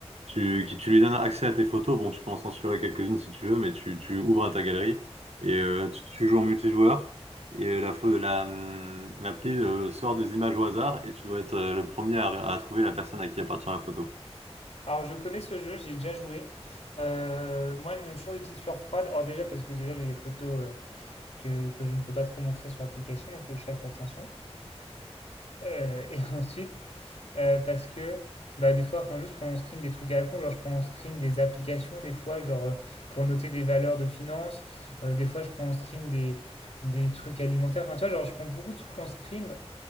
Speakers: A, on the right; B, on the left.
A: tu, qui- tu lui donnes accès à tes photos, bon tu peux en censurer quelques-unes si tu veux, mais tu, tu ouvres à ta galerie et euh, tu, tu joues en multijoueur et euh, la, pho- la, hum, l'appli euh, sort des images au hasard et tu dois être euh, le premier à, à trouver la personne à qui appartient la photo.
B: Alors je connais ce jeu, j'ai déjà joué. Euh, moi, il me donne toujours des petites sueurs froides. Alors déjà parce que déjà j'ai des photos euh, que, que je ne peux pas trop montrer sur l'application, donc il faut que je fasse attention. Euh, et <laughs> ensuite, Euh, parce que bah, des fois, enfin, juste prendre en screen des trucs à la con, genre je prends en screen des applications, des fois, genre euh, pour noter des valeurs de finance, Euh, des fois je prends en screen des, des trucs alimentaires, enfin, tu vois, genre je prends beaucoup de trucs en screen,